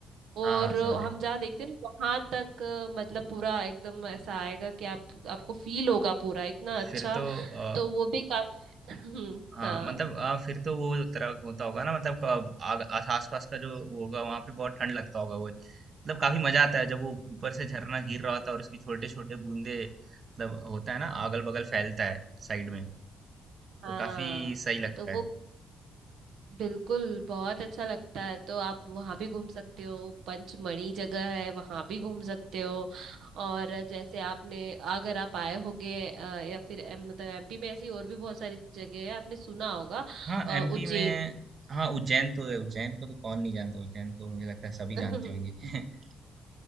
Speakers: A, on the right; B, on the right.
A: और
B: हाँ हाँ समझे
A: हम जहाँ देखते हैं ना वहां तक अ, मतलब पूरा एकदम ऐसा आएगा कि आप आपको फील होगा पूरा इतना अच्छा
B: फिर तो अ,
A: तो वो भी काफी <clears throat>
B: हाँ
A: <laughs> हाँ
B: मतलब अ, फिर तो वो तरह होता होगा ना मतलब क- आग- आस आसपास का जो होगा वहां पे बहुत ठंड लगता होगा वो मतलब काफी मजा आता है जब वो ऊपर से झरना गिर रहा होता है और उसकी छोटे छोटे बूंदे मतलब होता है ना अगल बगल फैलता है साइड में
A: हाँ
B: वो काफी सही लगता
A: तो वो
B: है
A: बिल्कुल बहुत अच्छा लगता है तो आप वहाँ भी घूम सकते हो पंचमढ़ी जगह है वहाँ भी घूम सकते हो और जैसे आपने अगर आप आए होगे अ, या फिर अ, मतलब एमपी में ऐसी और भी बहुत सारी जगह है आपने सुना होगा
B: हाँ
A: अ,
B: एमपी
A: उज्जैन
B: में हाँ उज्जैन तो है उज्जैन को तो कौन नहीं जानता उज्जैन तो मुझे लगता है सभी
A: <laughs>
B: जानते होंगे <laughs>